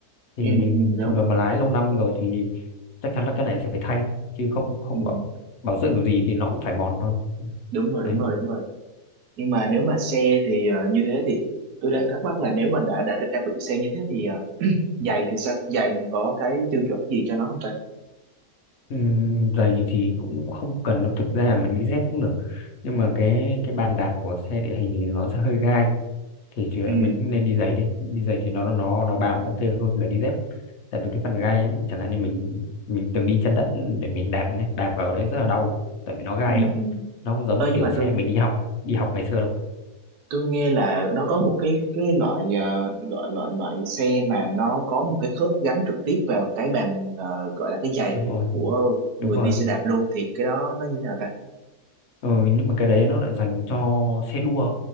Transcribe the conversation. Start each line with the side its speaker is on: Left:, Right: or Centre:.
Left: thì
Right: ừ, ừ, đúng
Left: trường hợp mà lái lâu năm rồi thì chắc chắn là cái này sẽ phải thay chứ không không
Right: ừ
Left: bảo bảo dưỡng kiểu gì thì nó cũng phải mòn thôi
Right: đúng rồi
Left: đấy
Right: đúng rồi đúng rồi nhưng mà nếu mà xe thì ờ, như thế thì tôi đang thắc mắc là nếu mà đã đã đặc biệt xe như thế thì ờ, giày thì sao giày mình có cái tiêu chuẩn gì cho nó không ta
Left: Ừm, giày thì cũng không cần đâu thực ra mình đi dép cũng được nhưng mà cái cái bàn đạp của xe địa hình thì nó sẽ hơi gai thì chứ
Right: ừ
Left: mình cũng nên đi giày đi đi giày thì nó nó nó bám ok hơn là đi dép tại vì cái phần gai ấy, chẳng hạn như mình mình từng đi chân đất để mình đạp nhé đạp vào đấy rất là đau tại vì nó gai
Right: ừ
Left: lắm
Right: ừ ừ.
Left: nó không giống
Right: ơ
Left: như
Right: nhưng
Left: kiểu
Right: mà
Left: xe
Right: tôi
Left: mình đi học đi học ngày xưa đâu
Right: tôi nghe là nó có một cái cái loại ờ, loại loại loại xe mà nó có một cái khớp gắn trực tiếp vào cái bàn ờ, gọi là cái giày
Left: đúng
Right: của
Left: rồi
Right: của người
Left: đúng rồi
Right: đi xe đạp luôn thì cái đó nó như thế nào ta
Left: ừ, nhưng mà cái đấy nó lại dành cho xe đua